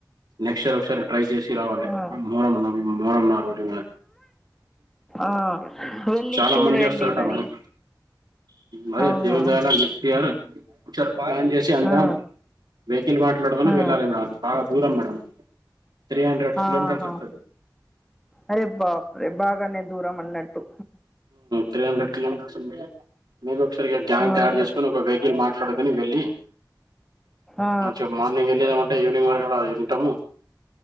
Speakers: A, on the right; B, in the centre.
A: నెక్స్ట్ ఇయర్ ఒకసారి ట్రై చేసి రావాలి
B: ఆ!
A: మూన మూనం నా రోజు
B: ఆ! వెళ్లి
A: చాలా
B: చూడండి
A: మంది చేస్తారట
B: మరి.
A: మేడం మదే
B: అవునా?
A: దేవున్ దయాల నెక్స్ట్ ఇయర్ ఒకసారి ప్లాన్ చేసి అందాం
B: ఆ!
A: వెకిల్ మా ట్డుకొని
B: ఆ!
A: వెళ్ళాలి మేడం అది బాగా దూరం మేడం త్రీ హండ్రెడ్స్ కిలోమీటర్స్
B: ఆహా!
A: వస్తది
B: అరే బాప్రే బాగానే దూరం ఉన్నట్టు
A: త్రీ హండ్రెడ్ కిలోమీటర్స్ ఉంది మీ ఒకసారిగా గ్యాంగ్
B: ఆహా
A: తయారు చేసుకొ ఒక వెకిల్ మాట్ అట్లాడుకని వెళ్ళి
B: ఆ
A: మంచి మేము వెళ్ళిన అంటే ఈవినింగ్ వరకు వింటాము